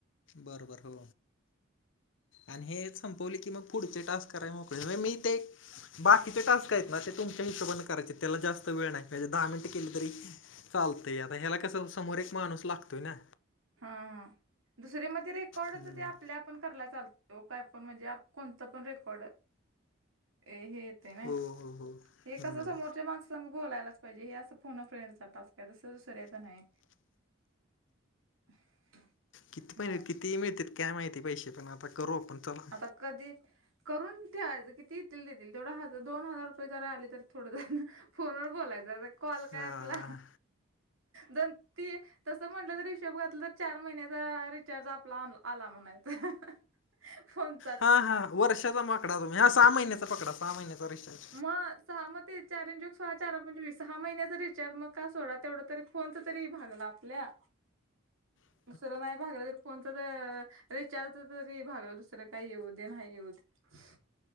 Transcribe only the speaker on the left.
बरोबर हो. आणि हे संपवले की मग पुढचे टास्क. कराय मोकळे मी ते, बाकीचे टास्क आहेत ना ते तुमच्या हिशोबाने करायचे. त्याला जास्त वेळ नाही म्हणजे दहा मिनिट केले तरी. चालतंय आता हेला कसं समोर एक माणूस लागतोय ना.
हम्म
हो हो हो
हम्म
किती
मिळते काय माहिती पैसे पण आता करू आपण. चला
हा
हा हा वर्षाचा माकडा हा सहा महिन्याचा पकडा सहा महिन्याचा रिचार्ज.
हं